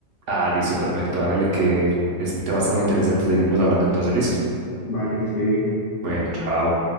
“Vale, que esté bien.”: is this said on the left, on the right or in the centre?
Left